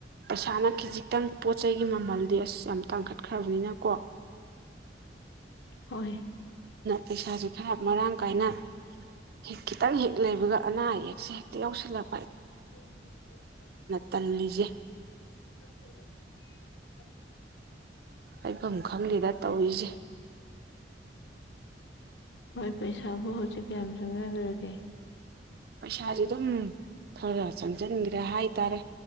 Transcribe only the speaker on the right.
ꯄꯩꯁꯥꯅ ꯈꯤꯖꯤꯛꯇꯪ ꯄꯣꯠ ꯆꯩꯒꯤ ꯃꯃꯜꯗꯤ ꯑꯁ ꯌꯥꯥꯝ ꯇꯥꯡꯈꯠ ꯐꯕꯅꯤꯅꯀꯣ
ꯄꯩꯁꯥꯁꯦ ꯈꯔ ꯃꯔꯥꯡ ꯀꯥꯏꯅ ꯍꯦꯛ ꯈꯤꯇꯪ ꯍꯦꯛ ꯂꯩꯕꯒ ꯑꯅꯥ ꯑꯌꯦꯛ ꯁꯦ ꯇꯤꯜꯧ ꯁꯤꯠꯂꯝ
ꯇꯜꯂꯤꯁꯦ ꯍꯥꯏꯐꯝ ꯈꯪꯗꯦꯗ ꯇꯧꯔꯤꯁꯦ
ꯄꯩꯁꯥꯖꯦ ꯑꯗꯨꯝ ꯈꯔ ꯆꯪꯁꯟꯒ꯭ꯔꯦ ꯍꯥꯏꯇꯥꯔꯦ